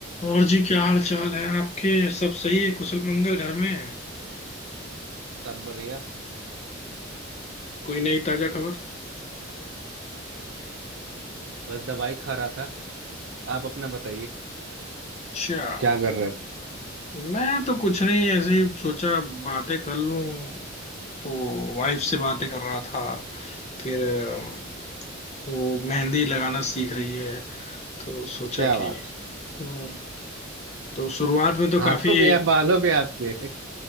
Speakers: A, on the left; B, on the right.
A: और जी क्या हाल चाल है आपके सब सही है कुशल मंगल घर में
B: सब बढ़िया
A: कोई नई ताजा खबर
B: बस दवाई खा रहा था आप अपना बताइए
A: अच्छा
B: क्या कर रहे थे
A: मैं तो कुछ नहीं ऐसे ही सोचा बातें कर लूं तो वाइफ से बातें कर रहा था फिर अम, वो मेहंदी लगाना सीख रही है तो सोचा
B: क्या
A: कि
B: बात
A: हम्म तो शुरुआत में तो
B: हाथों
A: काफी
B: पे या बालों पे आपके